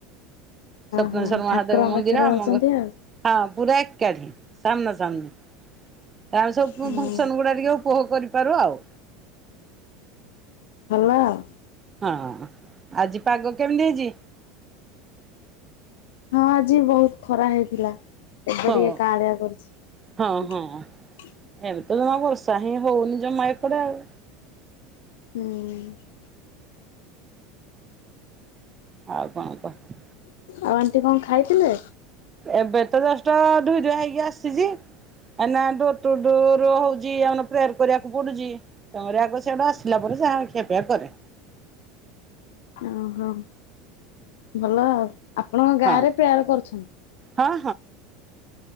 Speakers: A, on the right; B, on the left.
A: ସପ୍ନେଶ୍ୱର
B: ହଁ
A: ମହାଦେବ
B: ଠାକୁରଙ୍କ
A: ମନ୍ଦିର
B: ପାଖରେ ରହୁଛନ୍ତି
A: ଆମ ଙ୍ଗ ହଁ।
B: ଆଉ
A: କୋଠି ସାମ୍ନା ସାମ୍ନୀ। ତାମେ ସବୁ
B: ହଁ
A: ଫଙ୍କସନ ଗୁଡା ଟିକେ ଉପଭୋଗ କରିପାରୁ ଆଉ।
B: ଭଲ ଆଉ।
A: ହଁ ଆଜି ପାଗ କେମିତି ହେଇଛି।
B: ହଁ ଆଜି ବହୁତ ଖରା ହେଇଥିଲା। ଏବେ
A: ହଁ
B: ଟିକେ କାଡ଼ିଆ କରଛି।
A: ହଁ ହଁ। ଏବେ ତ ଜମା ବର୍ଷା ହିଁ ହଉନି ଜମା ଏପଡେ ଆଉ
B: ହୁଁ।
A: ଆଉ କଣ କହ।
B: ଆଉ ଆଣ୍ଟି କଣ ଖାଇଥିଲେ?
A: ଏବେ ତ ଜଷ୍ଟ୍ ଧୁଇ ଧୁଆ ହେଇକି ଆସିଛି ଏନା ଡୋର ଟୁ ଡୋର ହଉଛି ଆନ ପ୍ରେୟାର କରିବାକୁ ପଡୁଛି ତମରି ଆଗ ସେଆଡେ ଆସିଲା ପରେ ସେ ଖିଆପିଆ କରେ।
B: ଓହୋ ଭଲ ଆଉ। ଆପଣଙ୍କ ଗାଁ
A: ହଁ
B: ରେ ପ୍ରେୟାର କରୁଛନ୍ତି।
A: ହଁ